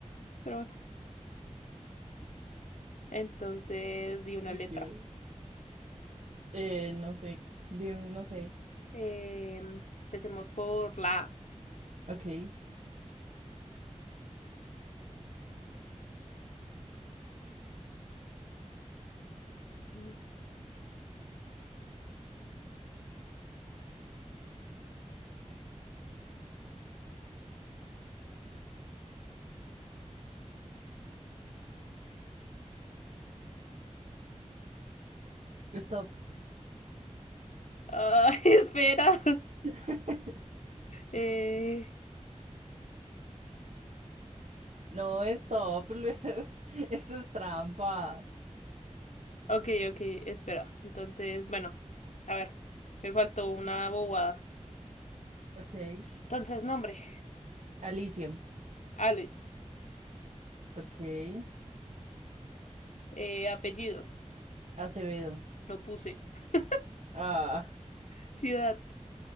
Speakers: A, on the left (about 75°); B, on the right (about 70°).
A: Pero bueno, entonces di una
B: Ok.
A: letra.
B: Eh, no sé, di- no sé.
A: Em, empecemos por la
B: Ok,
A: A.
B: stop.
A: Ah, <laughs> espera.
B: <laughs>
A: Eh,
B: No, stop. <laughs> Eso es trampa.
A: ok, ok, espera. Entonces, bueno, a ver, me faltó una bobada.
B: Ok.
A: Entonces, nombre,
B: Alicia.
A: Alex.
B: Ok.
A: Eh, apellido,
B: Acevedo.
A: no puse. <laughs>
B: Ah,
A: Ciudad,